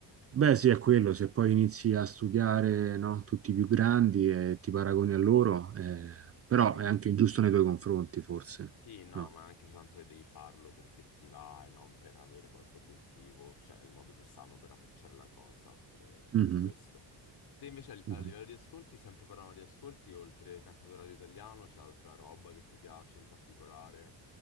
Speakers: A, on the right (about 35°); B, on the left (about 60°).
A: Beh, sì, è quello, se poi inizi a studiare, no, tutti i più grandi e ti paragoni a loro, eh, però
B: capito?
A: è anche giusto nei tuoi confronti, forse.
B: Sì, no,
A: No.
B: ma anche soltanto che devi farlo perché ti va e non per avere qualche obiettivo, cioè è il modo più sano per approcciare la cosa e
A: Mhm.
B: è questo. Te invece
A: Mhm.
B: a a livello di ascolti, sempre parlando di ascolti, oltre cantautorato italiano, c'è altra roba che ti piace in particolare?